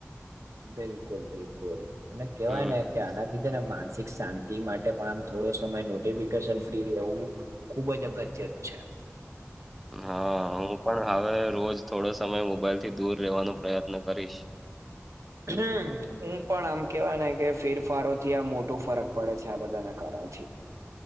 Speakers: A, on the right; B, in the centre.
A: બિલકુલ બિલકુલ અને કેવાય
B: હમ.
A: ને કે આનાથી છે, ને માનસિક શાંતિ માટે પણ આમ થોડો સમય નોટિફિકેશન ફ્રી રહેવું ખુબ જ અગત્યનું છે.
B: હા હું પણ હવે રોજ થોડો સમય મોબાઈલથી દૂર રહેેવાનો પ્રયત્ન કરીશ
A: હમ હું પણ આમ કેવાય ને કે ફીરફારો થી આ મોટું ફરક પડે છે, આ બધાના કારણોથી